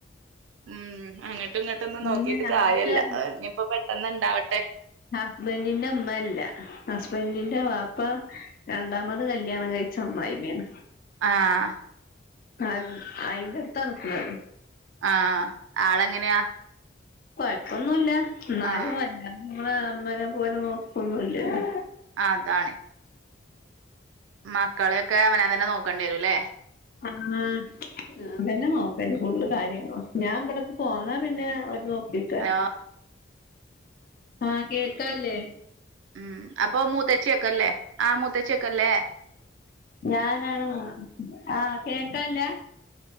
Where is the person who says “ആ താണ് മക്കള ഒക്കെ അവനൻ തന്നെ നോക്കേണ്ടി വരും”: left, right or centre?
Right